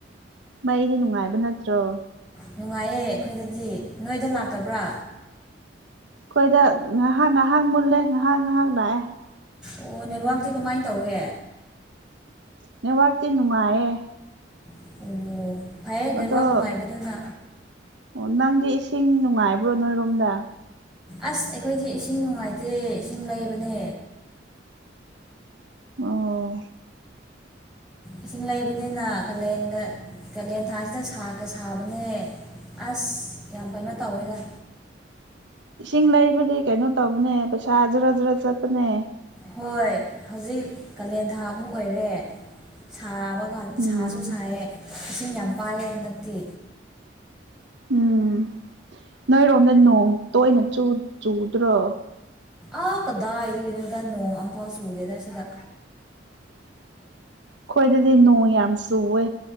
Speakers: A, on the right; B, in the centre.
A: ꯃꯩꯗꯤ ꯅꯨꯡꯉꯥꯏꯕ ꯅꯠꯇ꯭ꯔꯣ
B: ꯅꯨꯡꯉꯥꯏꯌꯦ ꯑꯩꯈꯣꯏꯗꯗꯤ ꯅꯣꯏꯗ ꯂꯥꯛꯇꯕ꯭ꯔꯥ
A: ꯑꯩꯈꯣꯏꯗ ꯉꯥꯏꯍꯥꯛ ꯉꯥꯏꯍꯥꯛ ꯃꯨꯜꯂꯦ ꯉꯥꯏꯍꯥꯛ ꯉꯥꯏꯍꯥꯛ ꯂꯥꯛꯑꯦ
B: ꯑꯣ ꯅꯦꯠꯋꯥꯛꯇꯤ ꯀꯃꯥꯏꯅ ꯇꯧꯒꯦ
A: ꯅꯦꯠꯋꯥꯛꯇꯤ ꯅꯨꯡꯉꯥꯏꯌꯦ
B: ꯑꯣ ꯐꯩꯌꯦ ꯅꯦꯠꯋꯥꯛ
A: ꯑꯗꯣ
B: ꯅꯨꯡꯉꯥꯏꯕꯗꯨꯅ
A: ꯑꯣ ꯅꯪꯗꯤ ꯏꯁꯤꯡ ꯅꯨꯡꯉꯥꯏꯕ꯭ꯔꯣ ꯅꯣꯏꯔꯣꯝꯗ
B: ꯑꯁ ꯑꯩꯈꯣꯏꯗꯤ ꯏꯁꯤꯡ ꯅꯨꯡꯉꯥꯏꯇꯦ ꯏꯁꯤꯡ ꯂꯩꯕꯅꯦ
A: ꯑꯣ
B: ꯏꯁꯤꯡ ꯂꯩꯕꯅꯤꯅ ꯀꯥꯂꯦꯟꯒ ꯀꯥꯂꯦꯟ ꯊꯥꯁꯤꯗ ꯁꯥꯒ ꯁꯥꯕꯅꯦ ꯑꯁ ꯌꯥꯝ ꯀꯩꯅꯣ ꯇꯧꯋꯦꯗ
A: ꯏꯁꯤꯡ ꯂꯩꯕꯗꯤ ꯀꯩꯅꯣ ꯇꯧꯕꯅꯦ ꯄꯩꯁꯥ ꯖꯔ ꯖꯔ ꯆꯠꯄꯅꯦ
B: ꯍꯣꯏ ꯍꯧꯖꯤꯛ ꯀꯥꯂꯦꯟꯊꯥ ꯑꯃꯨꯛ ꯑꯣꯏꯔꯦ ꯁꯥ ꯑꯃ ꯀꯥꯟ
A: ꯎꯝ
B: ꯁꯥꯁꯨ ꯁꯥꯏꯑꯌꯦ ꯏꯁꯤꯡ ꯌꯥꯝ ꯄꯥꯏꯑꯦ ꯍꯟꯗꯛꯇꯤ
A: ꯎꯝ ꯅꯣꯏꯔꯣꯝꯗ ꯅꯣꯡ ꯇꯣꯏꯅ ꯆꯨꯗ꯭ꯔꯣ
B: ꯑꯥ ꯀꯗꯥ ꯅꯣꯡ ꯐꯥꯎ ꯁꯗꯦꯗ ꯁꯤꯒ
A: ꯈꯣꯏꯗꯗꯤ ꯅꯣꯡ ꯌꯥꯝ ꯆꯨꯋꯦ